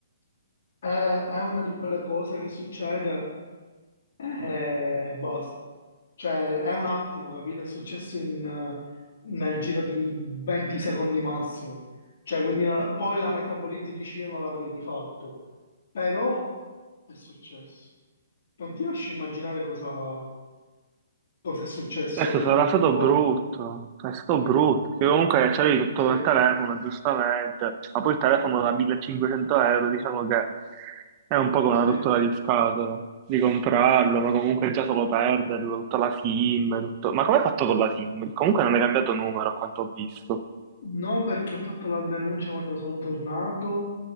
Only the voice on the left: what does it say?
È, è una di quelle cose che succede e basta. Cioè, è un attimo, capito? È successo in, eh, nel giro di 20 secondi massimo. Cioè, quindi la- poi la metabolizzi e dici io non l'avrei rifatto. Però è successo. non ti lascio immaginare cosa, cosa è successo
per
il ritorno.
Io-
Sì,
sì.
No, perché ho fatto la denuncia quando sono tornato